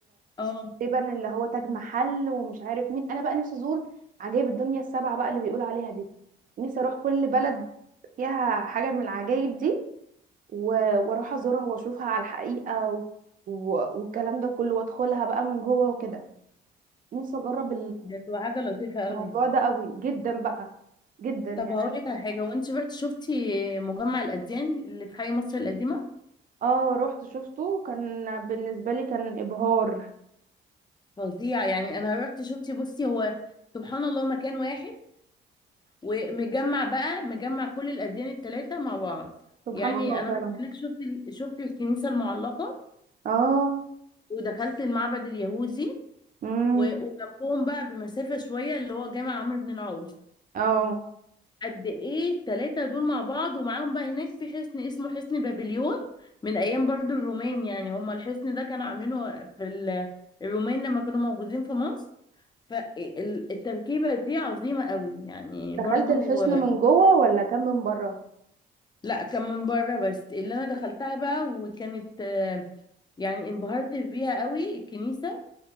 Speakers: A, on the left (about 20°); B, on the right (about 45°).
A: اه
B: تقريبا اللي هو تاج محل ومش عارف مين انا بقى نفسي ازور عجائب الدنيا السبعة بقى اللي بيقول عليها دي نفسي اروح كل بلد فيها حاجة من العجائب دي و- واروح ازورها واشوفها على الحقيقة و... و... والكلام ده كله وادخلها بقى من جوه وكده نفسي اجرب
A: ده تبقى حاجة لطيفة اوي
B: الموضوع ده قوي جدا بقى جدا يعني
A: طب هقول
B: أنا-
A: لك على حاجة وانت رحت شفتي مجمع الاديان اللي في حي مصر القديمة
B: اه رحت شفته وكان بالنسبة لي كان ابهار
A: فظيع يعني انا رحت شفتي بصي هو سبحان الله مكان واحد ومجمع بقى مجمع كل الأديان التلاتة مع بعض
B: سبحان
A: يعني
B: الله
A: أنا
B: فعلا
A: رحت هناك شفت ال- شفت الكنيسة المعلقة
B: اه
A: ودخلت المعبد اليهودي
B: امم
A: و- وجنبهم بقى بمسافة شوية اللي هو جامع عمرو بن العاص
B: اه
A: قد إيه التلاتة دول مع بعض ومعاهم بقى هناك في حصن اسمه حصن بابليون من أيام برضو الرومان يعني هما الحصن ده كانوا عاملينه في ال- الرومان لما كانوا موجودين في مصر فالتركيبة دي عظيمة قوي يعني
B: دخلت
A: برضو
B: الحصن من جوه ولا كان من بره
A: لا كان من بره بس اللي انا دخلتها بقى وكانت آه، يعني انبهرت بيها قوي الكنيسه